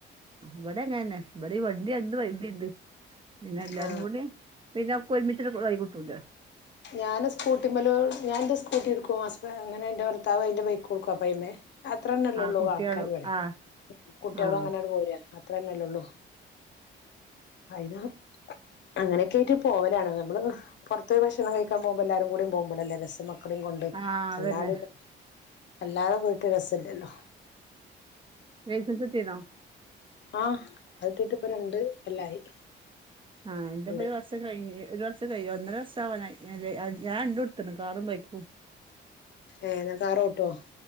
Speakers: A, on the right (about 25°); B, on the left (about 65°).
A: ഇവടങ്ങനെന്നെ ഇബടെ ഈ വണ്ടി രണ്ട് വണ്ടിണ്ട് പിന്നെ എല്ലാരും
B: ആ
A: കൂടി പിന്നെ ഒക്കൊരുമിച്ചിട്ട് തായി കിട്ടൂല.
B: ഞാൻ സ്കൂട്ടിമ്മല് ഞാൻ എന്റെ സ്കൂട്ടി എടുക്കും ഹസ് അങ്ങനെ എന്റെ ഭർത്താവ് അതിന്റെ ബൈക്ക് എടുക്കും ആപ്പ്അയ്മല് അത്രന്നെല്ലെ
A: ആഹ്
B: ഒള്ളൂ
A: കുട്ടികളും
B: ആൾക്കാര് ഇവിടെ
A: ആഹ്
B: കുട്ടികളും
A: ആഹ്
B: അങ്ങനെ അങ്ങട്ട് പോര അത്ര തന്നെല്ലള്ളു ആയിനാ അങ്ങനെയൊക്കെ ആയിട്ട് പോവലാണ് നമ്മള് പുറത്ത പോയി ഭക്ഷണം കഴിക്കൻ പോവുബോൾ എല്ലാവരും കൂടി പോവുമ്പോല്ലേ രസക്കൊ മക്കളകൊണ്ട്
A: ആഹ് അതന്നെ
B: അല്ലാതെന്നും അല്ലാതെ പോയിട്ട് രസല്ലല്ലോ
A: ലയ്സൻസ് കിട്ടീണോ
B: ആ അത് കിട്ടീട്ട് പ്പം രണ്ട് കൊല്ലായി
A: ആഹ് എന്റെപ്പം
B: രണ്ട്
A: ഒരു വർഷം കഴിഞ് ഒരു വർഷം ഒന്നര വർഷം ആവാനായി ഞാൻ രണ്ടും എടുത്തണ് കാറും ബൈക്കും
B: ഏ എന്നാ കാറോട്ടോ